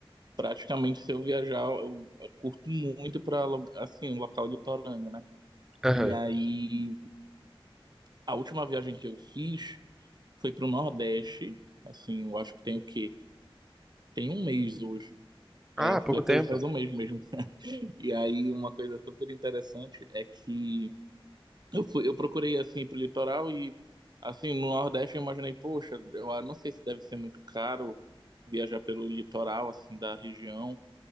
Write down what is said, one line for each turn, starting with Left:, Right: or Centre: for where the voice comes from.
Right: praticamente se eu viajar, eu, eu curto muito para assim, local litorâneo, né?
Centre: Aham.
Right: E aí a última viagem que eu fiz foi pro Nordeste, assim, eu acho que tem o quê? Tem um mês hoje. É,
Centre: Ah,
Right: pior
Centre: pouco tempo.
Right: que hoje faz um mês mesmo. <laughs> E aí uma coisa super interessante é que eu fui, eu procurei assim pro litoral e assim, no Nordeste eu imaginei, poxa, eu não sei se deve ser muito caro viajar pelo litoral assim da região.